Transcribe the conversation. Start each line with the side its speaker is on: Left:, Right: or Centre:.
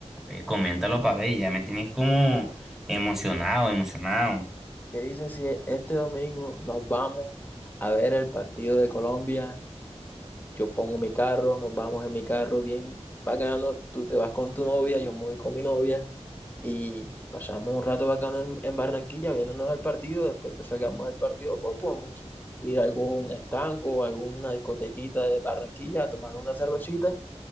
Centre: eh, coméntalo para ver, ya me tienes como emocionado, emocionado.
Left: ¿Qué dices si este domingo nos vamos a ver el partido de Colombia Yo pongo mi carro, nos vamos en mi carro bien bacano, tú te vas con tu novia, yo me voy con mi novia y pasamos un rato bacano en, en Barranquilla viéndonos al partido, después que salgamos del partido pues podemos ir a algún estanco, o alguna discotequita de Barranquilla a tomar una cervecita,